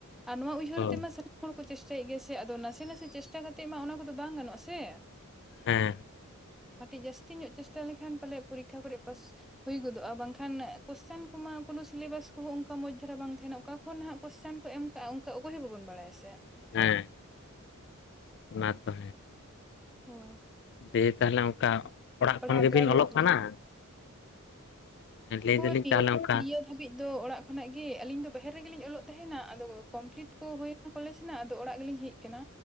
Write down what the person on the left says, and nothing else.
ᱦᱳᱭ
ᱦᱮᱸ
ᱦᱮᱸ ᱢᱟ ᱛᱚ
ᱫᱟᱹᱭ ᱛᱟᱸᱦᱞᱮ ᱚᱱᱠᱟ ᱚᱲᱟᱜ
ᱠᱷᱚᱱ ᱜᱮᱵᱤᱱ
ᱚᱞᱚᱜ ᱠᱟᱱᱟ᱾ ᱞᱟᱹᱭ
ᱫᱟᱞᱤᱧ ᱛᱟᱦᱚᱞᱮ ᱚᱱᱠᱟ